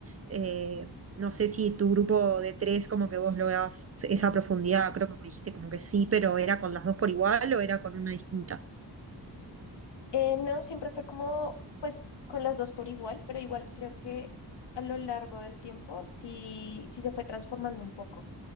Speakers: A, on the right; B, on the left.
A: Eh, no sé si tu grupo de tres, como que vos lograbas esa profundidad, creo que me dijiste como que sí, pero ¿era con las dos por igual o era con una distinta?
B: Eh, no, siempre fue como, pues, con las dos por igual, pero igual creo que a lo largo del tiempo sí, sí se fue transformando un poco.